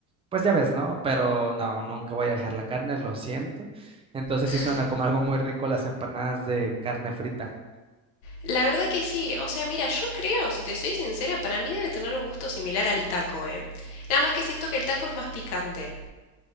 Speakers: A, on the right; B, on the left.
A: pues ya ves, ¿no? Pero no, nunca voy a dejar la carne, lo siento. Entonces
B: <laughs>
A: sí suena como algo muy rico las empanadas de carne frita.
B: La verdad que sí, o sea, mira, yo creo, si te soy sincera, para mí debe tener un gusto similar al taco, ¿eh? Nada más que siento que el taco es más picante.